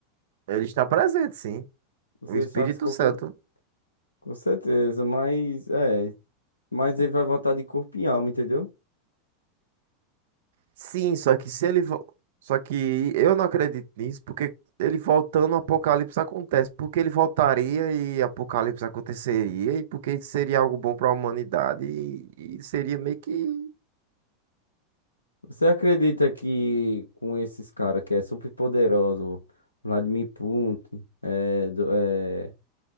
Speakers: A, on the right; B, on the left.
A: Ele está presente, sim.
B: você
A: O Espírito
B: está se confundindo,
A: Santo.
B: com certeza, mas é, mas ele vai voltar de corpo e alma, entendeu?
A: Sim, só que se ele. vo- Só que eu não acredito nisso, porque ele voltando, o Apocalipse acontece. Porque ele voltaria e Apocalipse aconteceria, e porque seria algo bom para a humanidade, e, e seria meio que
B: Você acredita que com esses caras que é super poderoso, Vladimir Putin, é, do- é,